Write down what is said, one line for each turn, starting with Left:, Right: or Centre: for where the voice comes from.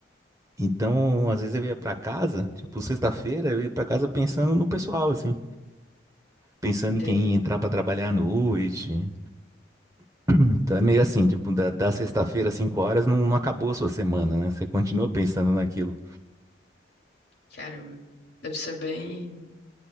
Right: Então, às vezes eu ia pra casa, tipo, sexta-feira eu ia pra casa pensando no pessoal, assim, pensando
Left: Entendo.
Right: em quem ia entrar pra trabalhar à noite. Então é meio assim, tipo, da, da sexta-feira às 5 horas não, não acabou a sua semana, né? Você continua pensando naquilo.
Left: Caramba. Deve ser bem